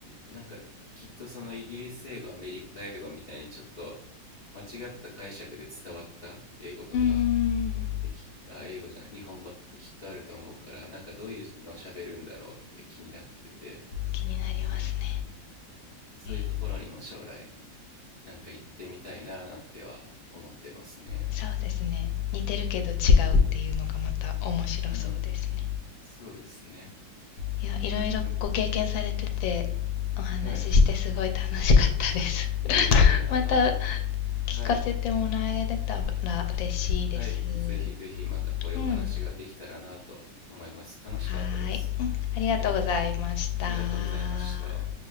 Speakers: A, on the left; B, on the left.
A: なんかきっとそのイギリス英語アメリカ英語みたいにちょっと間違った解釈で伝わった英語とか
B: ーん、
A: ってきあ英語じゃない日本語ってきっとあると思うからなんかどういうのを喋るんだろうって気になってて、
B: 気になりますね。
A: うん、そういうところにも将来
B: えー
A: なんか行ってみたいななんては思ってますね。
B: そうですね。似てるけど違うっていうのがまた面白そうですね。
A: うん、うん、そうですね。
B: いや、いろいろご経験されてて、
A: な
B: お話ししてすごい楽しかったです。
A: はい。いえいえ、
B: <laughs>
A: あの、
B: また
A: はい。
B: 聞かせてもらえれたら嬉しいです。
A: はい、ぜひぜひまたこういうお話ができたらなと思います。
B: うん、は
A: 楽しかったです。
B: ーい。うん、ありがとうございました。
A: はい、ありがとうございました。